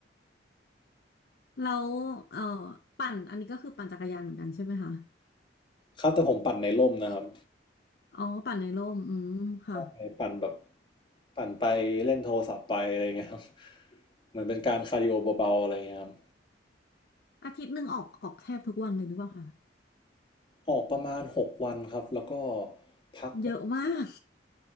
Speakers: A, on the left; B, on the left.
A: แล้วเอ่อปั่นอันนี้ก็คือปั่นจักรยานเหมือนกันใช่ไหมคะ
B: ครับแต่ผมปั่นในร่มนะครับ
A: อ๋อปั่นในร่มอืมค่ะ
B: ใช่ปั่นแบบปั่นไปเล่นโทรศัพท์ไปอะไรอย่างเงี้ยครับเหมือนเป็นการคาร์ดิโอเบาๆอะไรอย่างเงี้ยครับ
A: อาทิตย์หนึ่งออกออกแทบทุกวันเลยหรือเปล่าคะ
B: ออกประมาณหกวันครับแล้วก็พัก
A: เยอะมาก